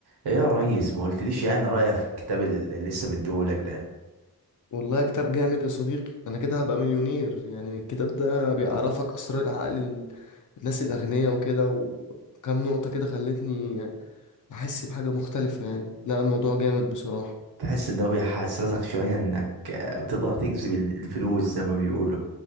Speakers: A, on the right; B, on the left.
A: ايه يا ريس ما قلتليش يعني رأيك في الكتاب اللي لسه مديهولك ده
B: والله كتاب جامد يا صديقي انا كده هبقى مليونير يعني الكتاب ده بيعرفك اسرار العقل ال- الناس الاغنياء وكده وكم نقطة كده خلتني احس بحاجة مختلفة يعني لا الموضوع جامد بصراحة
A: تحس ان هو بيحسسك شوية انك آه، بتقدر تجذب ال- الفلوس زي ما بيقولوا